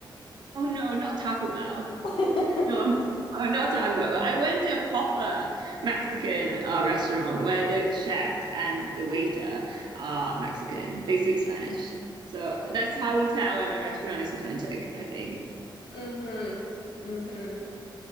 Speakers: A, on the right; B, on the left.
A: Oh no, not Taco Bell.
B: <laughs>
A: No, <laughs> i not Taco Bell. I went to a proper Mexican uh, restaurant where the chef and the waiter are Mexican. They speak Spanish. So that's how you tell when a restaurant is authentic, I think.
B: Mm-hmm. Mm-hmm.